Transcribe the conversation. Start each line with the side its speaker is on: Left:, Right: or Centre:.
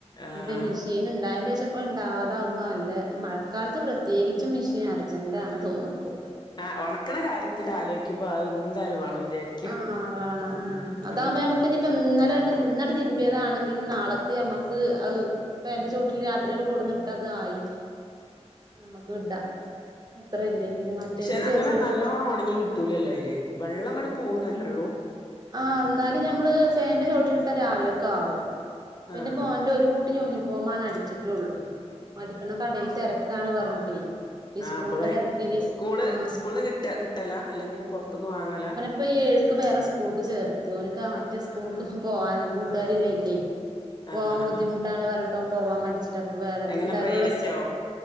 Left: ആഹ്
Right: ഇ മിഷീൻ ണ്ട ണ്ടായെന്റെ ശേഷം പ്പം ണ്ടാവാതാവുമ്പോ നല്ല ഈ മഴക്കാലത്ത് പ്രത്യേകിച്ചും മിഷീൻ അർ ജെന്റാണ് തോന്നുപ്പോ
Left: ആ ഉണക്ക്ണ കാര്യത്തിൽ ആലോയ്ക്കുമ്പോ അ ന്തായാലും വേണം വിചാരിക്കും
Right: അ <unintelligible> അതാകുമ്പോ
Left: ഉം
Right: നമ്മുക്കിനി ഇപ്പൊ ന്നലെ ണ്ട് ഇന്നങ്ങട്ട് തിരുമ്പിയതാണെങ്കിലും നാളക്ക് നമ്മുക്ക് അ ഫാനിന്റെ ചോട്ടില് രാത്രി അങ്ങട്ട് കൊടുന്നിട്ട അതായി നമ്മുക്ക് ഇടാ അത്ര ഇല്ലെങ്കിലും മറ്റേത്
Left: പക്ഷെ
Right: ചെറിയ
Left: അങ്ങനെ
Right: ചെറിയ
Left: നല്ലോണം ഉണങ്ങി കിട്ടൂലല്ലോ അയില് വെള്ളം അങ്ങട് പോകുന്നല്ലള്ളൂ
Right: ആ ന്നാലും ഞമ്മള് ഫാൻ ന്റെചോട്ടിലിട്ട രാവിലെക്കെ ആവും ഇപ്പെന്റെ
Left: ആഹ്
Right: മോന്റെ ഒരു കൂട്ട് യൂണി ഫോംമാണ് അടിച്ചിട്ടുള്ളു അടിക്കണ കടയിൽ തെരക്കാണ് പറഞ്ഞിട്ടേ ഈ
Left: ആ
Right: സ്കൂളിന്റെ
Left: അപ്പൊ വേ
Right: തിരക്കില്
Left: സ്കൂള്
Right: ആഹ്
Left: സ്കൂള്ന്ന് കിട്ട കിട്ടല അല്ലെങ്കിൽ പുറത്തൊന്ന് വാങ്ങല
Right: പ്പ ഏഴ്ക്ക് വേറെ സ്‌ക്കൂ ൾക്ക് ചേർത്തി ഓൽക്ക് ആ മറ്റേ സ്കൂൾക്ക് പോകാൻ കൂട്ടുകാരില്ലായിറ്റേ പോവാൻ
Left: ആഹ്
Right: ബുദ്ധിമു
Left: ആഹ്
Right: ട്ടാണ് പറഞ്ഞിട്ട് പോവാൻ മട്‌ച്ചിട്ട് അപ്പൊ വേറെ
Left: എങ്ങനെ
Right: എല്ലാരും
Left: പ്രൈവറ്റോ
Right: ള്ള സ്